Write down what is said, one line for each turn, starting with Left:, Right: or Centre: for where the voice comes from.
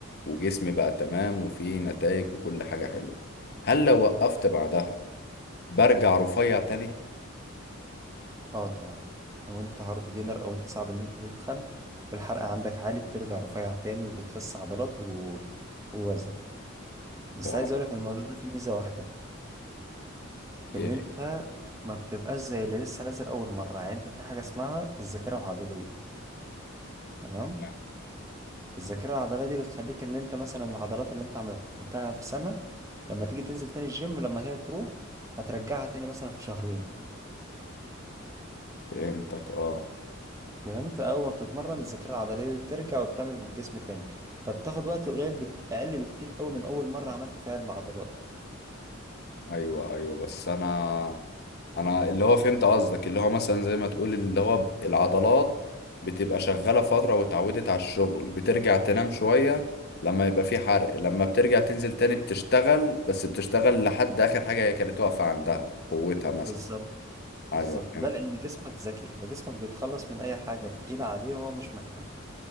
Left: وجسمي بقى تمام وفيه نتائج وكل حاجه حلوه هل لو وقفت بعدها برجع رفيع تاني
Right: اه طبعا لو انت هارد جينر او انت صعب ان انت تتخن والحرق عندك عالي بترجع رفيع تاني وبتخس عضلات و... ووزن بس
Left: هو
Right: عايز
Left: انا
Right: اقولك إن الموضوع ده فيه ميزة واحدة
Left: إيه؟
Right: ان انت ما بتبقاش زي اللي لسه نازل اول مرة يعني انت في حاجة اسمها الذاكرة العضلية تمام
Left: تمام.
Right: الذاكرة العضلية دي بتخليك ان انت مثلا العضلات اللي انت عملتها في سنة لما تيجي تنزل تاني الجيم لما هي تروح هترجعها تاني مثلا في شهرين
Left: فهمتك اه
Right: فهمت اول ما بتتمرن الذاكرة العضلية دي بترجع وبتعمل الجسم تاني فبتاخد وقت قليل بكت... اقل بكتير قوي من اول مرة عملت فيها العضلات
Left: ايوه ايوه بس انا انا اللي هو فهمت قصدك اللي هو مثلا زي ما تقول اللي هو العضلات بتبقى شغالة فترة واتعودت على الشغل بترجع تنام شوية لما يبقى في حرق لما بترجع تنزل تاني بتشتغل بس بتشتغل لحد آخر حاجة هي كانت واقفة عندها قوتها مثلا
Right: بالظبط بالظبط
Left: ايوه فهمت
Right: ده لان جسمك ذكي فجسمك بيتخلص من اي حاجة تقيلة عليه هو مش محتاجها